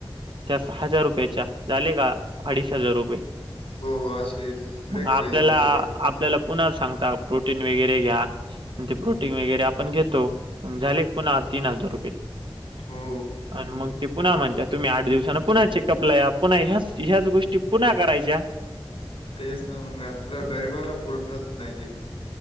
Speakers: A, on the right; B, on the left.
A: त्या हजार रुपय झाले का अडीच हजार रुपये
B: हो असे लय
A: मग आपल्याला
B: पैसे जाते राव
A: आपल्याला पुन्हा सांगता प्रोटीन वगैरे घ्या. आणि ते प्रोटीन वगैरे आपण घेतो मग झाले पुन्हा तीन हजार रुपये.
B: हो
A: आणि मग ते पुन्हा म्हणता तुम्ही आठ दिवसानं पुन्हा चेक कपल्या पुन्हा ह्याच ह्याच गोष्टी पुन्हा करायच्या.
B: तेच ना मग आपल्या गरिबाला पुरत नाही हे